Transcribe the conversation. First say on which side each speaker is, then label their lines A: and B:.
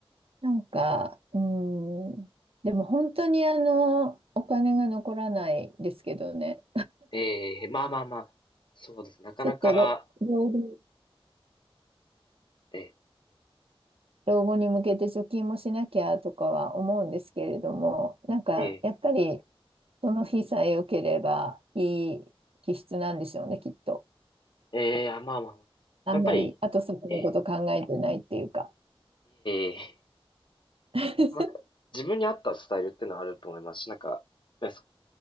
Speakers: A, on the right; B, on the left.
A: なんか、うーん。でも本当にあの、お金が残らないですけどね。
B: ええまあまあまあ。そうです。なかなか、
A: ちょっと老、老後
B: ええ
A: 老後に向けて貯金もしなきゃとかは思うんですけれども、なんかやっぱり
B: え
A: その日さえ良ければいい気質なんでしょうね、きっと。
B: えええあまあまあまあ。
A: あんまり後先のこと考えてないっていうか。
B: やっぱり、ええええ
A: <laughs>
B: なんか、自分に合ったスタイルっていうのはあると思いますし、なんか、ね、そ、